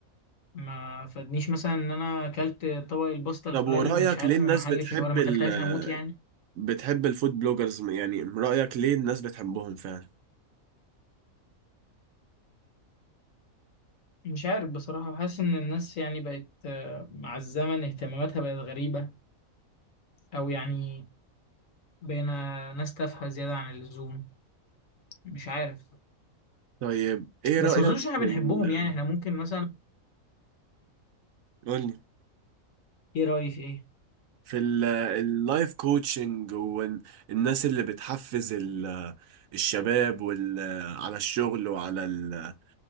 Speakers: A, on the left (about 70°); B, on the right (about 75°).
A: ما فادنيش مثلا ان انا اكلت طبق الباستا الفلاني
B: طب ورأيك
A: مش عارف
B: ليه الناس
A: من محل
B: بتحب
A: فيه وانا ما
B: ال
A: اكلتهاش هموت يعني
B: بتحب الفود بلوجرز يعني رأيك ليه الناس بتحبهم فعلا
A: مش عارف بصراحه حاسس ان الناس يعني بقت آه، مع الزمن اهتماماتها بقت غريبه او يعني بقينا ناس تافهه زياده عن اللزوم مش عارف
B: طيب ايه
A: بس
B: رأيك
A: ما اظنش احنا
B: في
A: بنحبهم
B: ال
A: يعني احنا ممكن مثلا
B: قولي
A: ايه رايك
B: في ال- اللايف كوتشنج والناس اللي بتحفز ال- الشباب وال على الشغل وعلى ال